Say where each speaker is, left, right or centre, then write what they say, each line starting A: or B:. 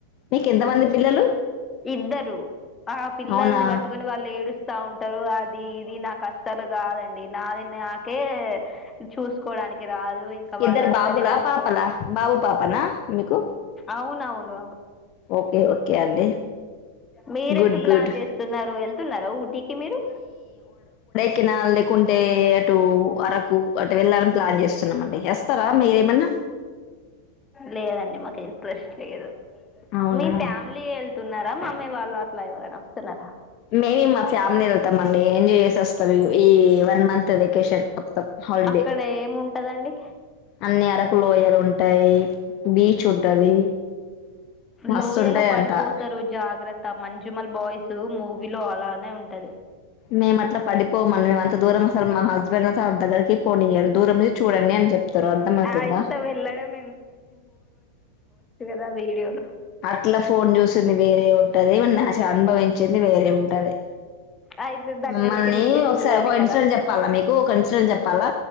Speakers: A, on the left; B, on the left.
A: మీకు ఎంతమంది పిల్లలు
B: ఇద్దరు ఆ పిల్లల్ని
A: అవునా
B: పట్టుకొని వాళ్ళు ఏడుస్త వస్తా ఉంటారు అది ఇది ఇది నాకు అసలు కాదండి నాది నాకే చూసుకోవడానికి రాదు ఇంకా
A: ఇద్దరు
B: వాళ్ళందరినీ
A: బాబులా
B: పట్టుకొని
A: పాపలా బాబు పాపనా మీకు
B: అవునవును
A: ఓకే ఓకే అండి
B: మీరెట్టు
A: గుడ్
B: ప్లాన్
A: గుడ్
B: చేస్తున్నారు వెళ్ నవు క మీరు
A: కినా లే కుంటే అటు అరకు అటు వెళ్ళాలని ప్లాన్ చేస్తున్నామా ట ఎస్తరా మేర మన్న
B: లేదండి మాకు ఇంట్రెస్ట్ లేదు
A: అవునా
B: మీ ఫ్యామిలీ వెళ్తున్నారా మా మేము వాళ్ళు అట్లా ఎవరైని వస్తున్నారా
A: మేమి మా ఫ్యామిలీ వెళ్తాం ఏం చేసోస్తారో ఈ వన్ మంత్ వెకేషన్ మొత్తం హాలిడే
B: అక్కడ ఏము ఉంటదండి
A: అన్ని అరకు లోయలు ఉంటాయి బీచ్ ఉంటది మస్తు
B: లోయలో
A: ఉంటాయంట
B: పడిపోతారు జాగ్రత్త మంజుమల్ బాయ్స్ మూవీలో అలానే ఉంటది
A: మేమట్లా పడి పోమం మేము అంత దూరం అసలు మా హస్బెండ్ దగ్గకి పోనియ్యాలి దూరం ను చూడండి అని చెప్తారు అర్థం అవుతుందా
B: ఆ ఇంత వెళ్ళడం దా వీడియోలు
A: అట్లా ఫోన్ చూసింది వేరే ఉంటది నా అనుభవించింది వేరే ఉంటది
B: అయితే దగ్గరికి
A: మమ్మల్ని
B: వెళ్ళి ఇగ
A: ఒకసారి
B: చూడాలి
A: ఒక
B: కదా
A: ఇన్సిడెంట్ చెప్పాలా మీకు ఒక ఇన్సిడెంట్ చెప్పాలా